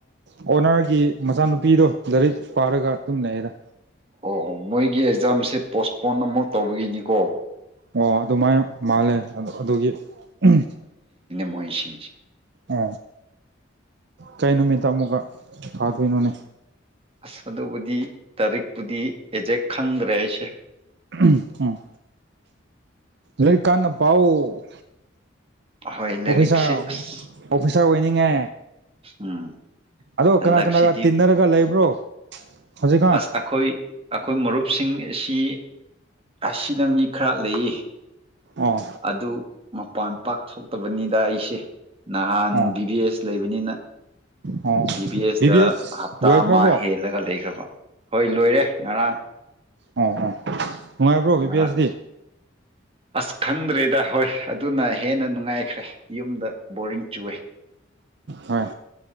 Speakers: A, on the right; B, on the right.
A: ꯑꯣꯅꯔꯒꯤ ꯃꯆꯥꯅꯨꯄꯤꯗꯣ ꯂꯥꯏꯔꯤꯛ ꯄꯥꯔꯒ ꯇꯨꯝ ꯂꯩꯗ
B: ꯑꯣꯑꯣ ꯃꯣꯏꯒꯤ ꯖꯝꯁꯦ ꯄꯣꯁ ꯐꯣꯟ ꯑꯃꯣꯛ ꯇꯧꯕꯒꯤꯅꯤꯀꯣ
A: ꯑꯣ ꯑꯗꯨꯃꯥꯏ ꯃꯥꯜꯂꯦ ꯑꯗꯨ ꯑꯗꯨꯒꯤ ꯑꯝꯍꯝ
B: ꯃꯩꯁꯤꯡꯁꯤ
A: ꯑ ꯀꯩ ꯅꯨꯃꯤꯠꯇ ꯑꯃꯨꯛꯀ ꯈꯥꯗ ꯏꯅꯅꯦ
B: ꯑꯁ ꯑꯗꯨꯕꯨꯗꯤ ꯇꯥꯔꯤꯛꯄꯨꯗꯤ ꯑꯦꯛꯖꯦꯛ ꯈꯪꯗ꯭ꯔꯦ ꯑꯩꯁꯦ
A: ꯎꯝ ꯂꯩꯛ ꯀꯥꯟꯅ ꯄꯥꯎꯑꯣ
B: ꯍꯣꯏ ꯂꯥꯏꯔꯤꯛꯁꯦ
A: ꯑꯣꯐꯤꯁꯥꯔ
B: ꯑꯁ
A: ꯑꯣꯐꯤꯁꯥꯔ ꯑꯣꯏꯅꯤꯡꯉꯦ
B: ꯎꯝ
A: ꯑꯗꯣ
B: ꯍꯟꯗꯛꯁꯤꯗꯤ
A: ꯀꯅꯥ ꯀꯅꯥꯒ ꯇꯤꯟꯅꯔꯒ ꯂꯩꯕ꯭ꯔꯣ ꯍꯧꯖꯤꯛꯀꯥꯟ
B: ꯑꯁ ꯑꯩꯈꯣꯏ ꯑꯩꯈꯣꯏ ꯃꯔꯨꯞꯁꯤꯡ ꯑꯁꯤ ꯑꯁꯤꯗ ꯃꯤ ꯈꯔ ꯂꯩꯌꯦ
A: ꯑꯣ
B: ꯑꯗꯨ ꯃꯄꯥꯟ ꯄꯥꯛꯊꯣꯛꯇꯕꯅꯤꯗ ꯑꯩ ꯁꯤ ꯅꯍꯥꯟ
A: ꯑꯣ
B: ꯚꯤ ꯗꯤ ꯑꯦꯁ ꯂꯩꯕꯅꯤꯅ
A: ꯑꯣ
B: ꯕꯤ ꯗꯤ ꯑꯦꯁꯇ
A: ꯕꯤ ꯑꯦꯁ
B: ꯍꯞꯇꯥ
A: ꯂꯣꯏꯈ꯭ꯔꯕꯣ
B: ꯑꯃ ꯍꯦꯜꯂꯒ ꯂꯩꯈ꯭ꯔꯕ ꯍꯣꯏ ꯂꯣꯏꯔꯦ ꯉꯔꯥꯡ
A: ꯑꯝ ꯎꯝ ꯅꯨꯡꯉꯥꯏꯕ꯭ꯔꯣ ꯕꯤ
B: ꯉꯔꯥꯡ
A: ꯄꯤ ꯑꯦꯁꯗꯤ
B: ꯑꯁ ꯈꯪꯗ꯭ꯔꯦꯗ ꯍꯣꯏ ꯑꯗꯨꯅ ꯍꯦꯟꯅ ꯅꯨꯡꯉꯥꯏꯈ꯭ꯔꯦ ꯌꯨꯝꯗ ꯕꯣꯔꯤꯡ ꯆꯨꯑꯦ
A: ꯍꯣꯏ